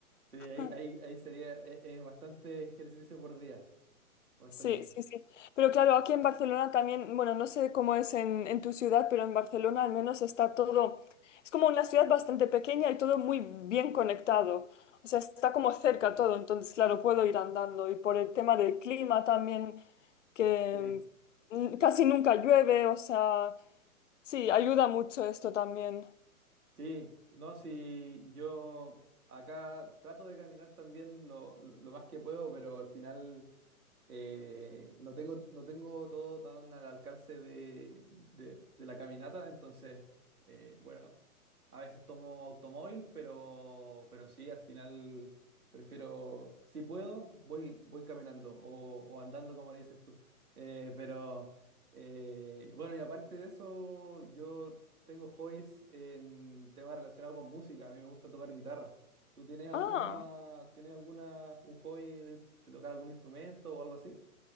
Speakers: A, on the right; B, on the left.
A: Sí, ahí,
B: <laughs>
A: ahí, ahí sería, e- es, bastante ejercicio por día, bastante.
B: Sí, sí, sí. Pero claro, aquí en Barcelona también, bueno, no sé cómo es en, en tu ciudad, pero en Barcelona al menos está todo, es como una ciudad bastante pequeña y todo muy bien conectado. O sea, está como cerca todo, entonces claro, puedo ir andando. Y por el tema del clima también, que
A: Sí,
B: mm, casi nunca llueve, o sea, sí, ayuda mucho esto también.
A: sí, no, si yo acá trato de caminar también lo, lo- lo más que puedo, pero al final Eh, no tengo, no tengo todo tan al alcance de, de- de la caminata, entonces, eh, bueno, a veces tomo automóvil, pero, pero sí, al final prefiero, si puedo, voy, voy caminando o, o andando, como le dices tú. Eh, pero, eh, bueno, y aparte de eso, yo tengo hobbies en temas relacionados con música, a mí me gusta tocar guitarra. ¿Tú tienes alguna,
B: Ah.
A: tienes alguna, un hobby de, ins- de tocar algún instrumento o algo así?